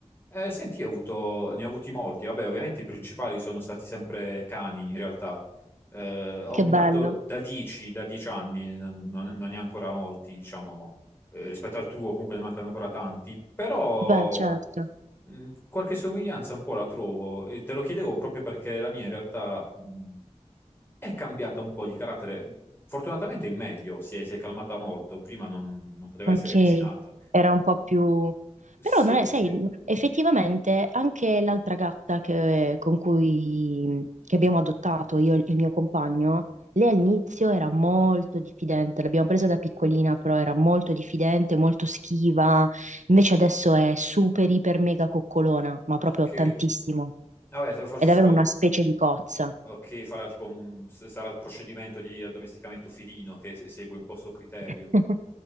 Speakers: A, on the left; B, on the right.
A: Eh, senti, io ho avuto, ne ho avuti molti. Vabbè, ovviamente i principali sono stati sempre cani, in realtà. Eh, ho
B: Che
A: un
B: bello.
A: gatto da 10, da 10 anni, non, non- non ne ha ancora molti, diciamo, eh, rispetto al tuo, comunque ne mancano ancora tanti. Però
B: Beh, certo.
A: mh, qualche somiglianza un po' la trovo. E te lo chiedevo proprio perché la mia in realtà mh, è cambiata un po' di carattere. Fortunatamente è meglio, si è, si è calmata molto. Prima non non poteva
B: Ok,
A: essere avvicinata.
B: era un po' più...
A: Sì,
B: Però non è, sai,
A: sì.
B: effettivamente anche l'altra gatta che, con cui che abbiamo adottato io e il mio compagno, lei all'inizio era molto diffidente, l'abbiamo presa da piccolina, però era molto diffidente, molto schiva, invece adesso è super, iper, mega coccolona, ma proprio
A: Ok,
B: tantissimo.
A: vabbè, so- forse
B: È davvero
A: sarà.
B: una specie di cozza.
A: Ok, farà tipo un- s- sarà il procedimento di addomesticamento felino che se- segue un po' sto criterio.
B: <laughs>